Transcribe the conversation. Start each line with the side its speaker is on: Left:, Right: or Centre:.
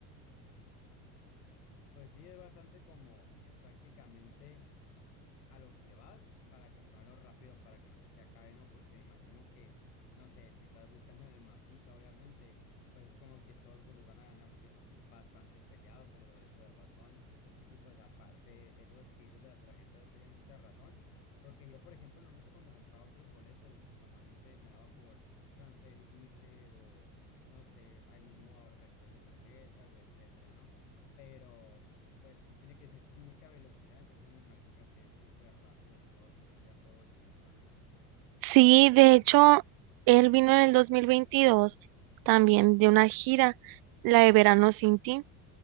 Left: Mm, ok. Pues sí, es bastante como prácticamente. a lo que vas para comprarlo rápido para que no se te acabe, ¿no? Porque me imagino que, no sé, si estás buscando en el mapita, obviamente, pues es como que todos se los van a ganar porque son bastante peleados pues, los boletos de Bad Bunny. Y pues aparte, eso que dices de la tarjeta tiene mucha razón, porque yo, por ejemplo, normalmente cuando compraba otros boletos, normalmente me daba por transferirle o, no sé, ahí mismo registrar mi tarjeta o etcétera, ¿no? Pero... Pues sí, tiene que ser mucha velocidad, entonces me imagino que es súper rápido todo, tener ya todo listo, ¿no?
Right: Sí, de hecho, él vino en el 2022 también de una gira, la de Verano Sin Ti,